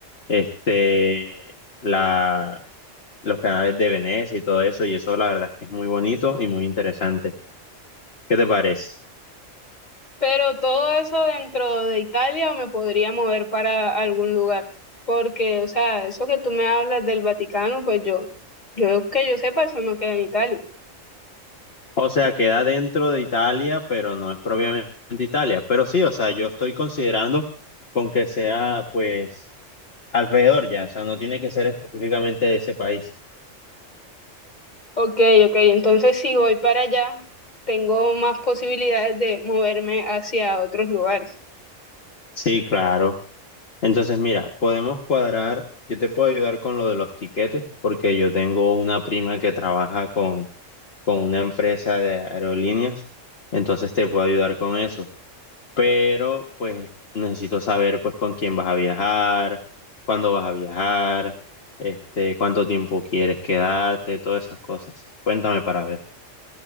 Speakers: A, on the left; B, on the left.
A: este, la, los canales de Venecia y todo eso. Y eso, la verdad es que es muy bonito y muy interesante. ¿Qué te parece?
B: Pero todo eso dentro de Italia o me podría mover para algún lugar. Porque, o sea, eso que tú me hablas del Vaticano, pues yo, yo que yo sepa, eso no queda en Italia.
A: O sea, queda dentro de Italia, pero no es propiamente Italia. Pero sí, o sea, yo estoy considerando con que sea, pues alrededor ya, o sea, no tiene que ser específicamente de ese país.
B: Ok, ok, entonces si voy para allá, tengo más posibilidades de moverme hacia otros lugares.
A: Sí, claro. Entonces, mira, podemos cuadrar, yo te puedo ayudar con lo de los tiquetes, porque yo tengo una prima que trabaja con, con una empresa de aerolíneas, entonces te puedo ayudar con eso. Pero, pues, necesito saber, pues, con quién vas a viajar, cuándo vas a viajar, este, cuánto tiempo quieres quedarte, todas esas cosas. Cuéntame para ver.